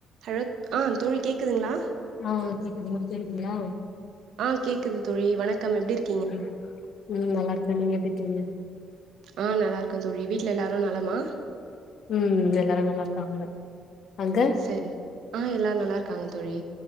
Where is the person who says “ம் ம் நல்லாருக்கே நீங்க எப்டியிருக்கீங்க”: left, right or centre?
Left